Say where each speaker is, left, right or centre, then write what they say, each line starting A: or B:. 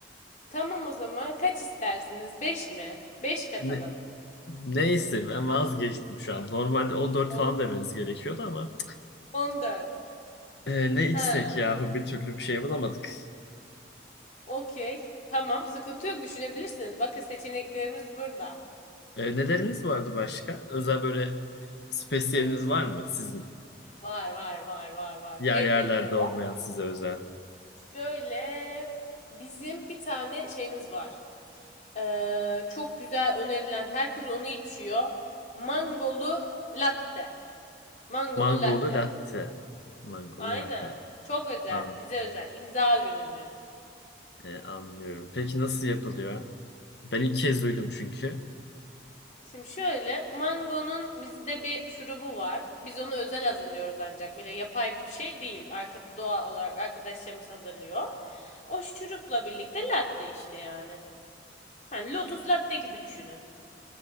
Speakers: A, on the left; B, on the left.
A: Tamam o zaman kaç istersiniz? 5 mi? 5 katalım.
B: Ne- neyse ben vazgeçtim şu an. Normalde 14
A: On-
B: falan demeniz gerekiyordu ama
A: 14.
B: Ee, ne içsek
A: Ha,
B: yahu bir türlü bir şey bulamadık.
A: okey. Tamam, sıkıntı yok düşünebilirsiniz. Bakın seçeneklerimiz burada.
B: Ee, neleriniz vardı başka? Özel böyle spesiyeliniz
A: Hımm,
B: var mı sizin?
A: var, var, var, var, var.
B: Diğer
A: Elbette
B: yerlerde
A: var.
B: olmayan size özel.
A: Şöyle, bizim bir tane şeyimiz var. Eee, çok güzel önerilen, herkes onu içiyor. Mangolu latte. Mangolu
B: Mangolu
A: latte.
B: latte. Mangolu
A: Aynen.
B: latte.
A: Çok özel,
B: An-
A: bize özel, imza ürünümüz.
B: e, anlıyorum. Peki nasıl yapılıyor? Ben ilk kez duydum çünkü.
A: Şimdi şöyle, mangonun bizde bir şurubu var. Biz onu özel hazırlıyoruz ancak. Böyle yapay bir şey değil. Arka, doğal olarak arkadaşlarımız hazırlıyor. O şurupla birlikte latte işte yani. Hani Lotus Latte gibi düşünün.